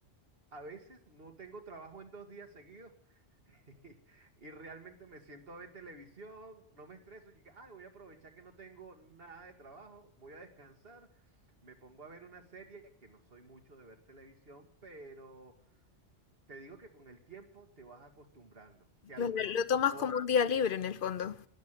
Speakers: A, on the right; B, on the left.
A: a veces no tengo trabajo en dos días seguidos. <laughs> Y realmente me siento a ver televisión, no me estreso, y digo, ay, voy a aprovechar que no tengo nada de trabajo, voy a descansar, me pongo a ver una serie, que no soy mucho de ver televisión, pero te digo que con el tiempo te vas acostumbrando, que a
B: Lo,
A: lo
B: lo
A: mejor,
B: tomas
A: o
B: como un día libre en el fondo.